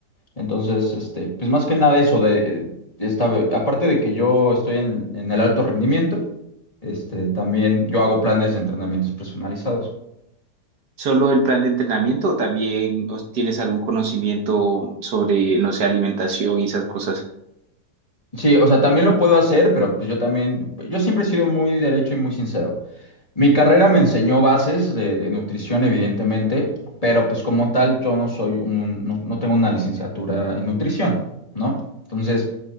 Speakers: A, on the left; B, on the right.
A: Entonces, este, pues más que nada eso de esta, aparte de que yo estoy en, en el alto rendimiento, este, también yo hago planes de entrenamientos personalizados.
B: ¿Solo el plan de entrenamiento o también os- tienes algún conocimiento sobre, no sé, alimentación y esas cosas?
A: Sí, o sea, también lo puedo hacer, pero pues yo también, yo siempre he sido muy derecho y muy sincero. Mi carrera me enseñó bases de, de nutrición, evidentemente, pero pues como tal yo no soy un, no, no tengo una licenciatura en nutrición, ¿no? Entonces,